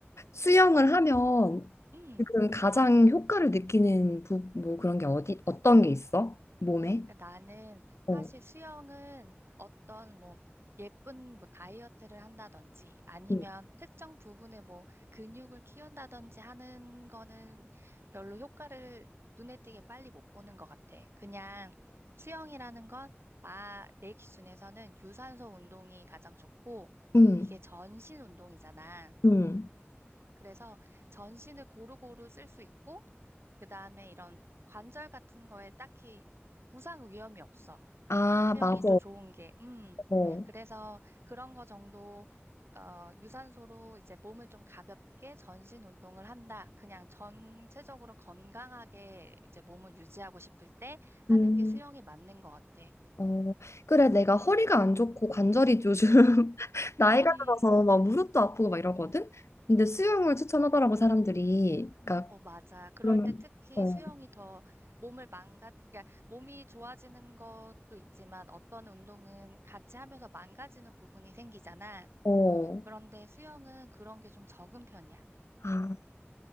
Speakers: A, on the left; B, on the right.
A: 수영을 하면
B: 음.
A: 지금 가장 효과를 느끼는 부, 뭐 그런 게 어디 어떤 게 있어? 몸에?
B: 그러니까 나는 사실
A: 어,
B: 수영은 어떤 뭐 예쁜 뭐 다이어트를 한다든지 아니면
A: 음,
B: 특정 부분에 뭐 근육을 키운다든지 하는 거는 별로 효과를 눈에 띄게 빨리 못 보는 것 같아. 그냥 수영이라는 건 나, 내 기준에서는 유산소 운동이 가장 좋고
A: 음,
B: 이게 전신 운동이잖아.
A: 음.
B: 그래서 전신을 고루고루 쓸 수 있고 그다음에 이런 관절 같은 거에 딱히 부상 위험이 없어.
A: 아
B: 수영이
A: 맞아.
B: 또 좋은 게, 음.
A: 어,
B: 그래서 그런 거 정도, 어, 유산소로 이제 몸을 좀 가볍게 전신 운동을 한다. 그냥 전체적으로 건강하게 이제 몸을 유지하고 싶을 때 하는
A: 음.
B: 게 수영이 맞는 것 같아.
A: 어, 그래, 내가 허리가 안 좋고 관절이 요즘 <laughs> 나이가
B: 음.
A: 들어서 막 무릎도 아프고 막 이러거든? 근데 수영을 추천하더라고, 사람들이. 그러니까,
B: 어, 맞아. 그럴
A: 그러면,
B: 때 특히
A: 어,
B: 수영이 더 몸을 망가, 그러니까 몸이 좋아지는 것도 있지만 어떤 운동은 같이 하면서 망가지는 부분이 생기잖아.
A: 어.
B: 그런데 수영은 그런 게 좀 적은 편이야.
A: 아,